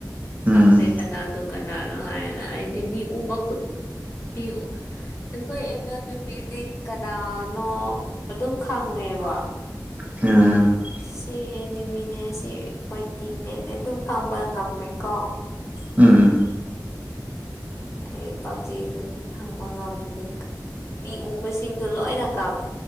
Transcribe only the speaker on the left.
ꯈꯪꯗꯦ ꯀꯅꯥꯗꯨ ꯀꯅꯥꯅꯣ ꯍꯥꯏꯅ ꯑꯩꯗꯤ ꯃꯤ ꯎꯕ ꯈꯨꯠ ꯗꯤ ꯎ ꯑꯩꯈꯣꯏ ꯑꯦꯝ ꯑꯦꯜ ꯕꯤ ꯕꯤ ꯗꯤ ꯀꯅꯥꯅꯣ ꯑꯗꯨꯝ ꯈꯪꯑꯣꯏ ꯑꯦꯕꯥ
ꯁꯤ ꯑꯦꯅꯤꯃꯤꯅꯦ ꯁꯤ ꯑꯩꯈꯣꯏ ꯇꯤꯝꯃꯦꯠꯅꯦ ꯑꯗꯨꯝ ꯈꯪꯕ ꯉꯝꯃꯦꯀꯣ
ꯑꯩ ꯄꯞꯕ ꯖꯤ ꯗꯨ ꯗꯤ ꯈꯪꯕ ꯉꯝꯗꯦ <unintelligible> ꯃꯤ ꯎꯕꯁꯤꯡꯗꯨ ꯂꯣꯏꯅ ꯀꯥꯞꯂꯦ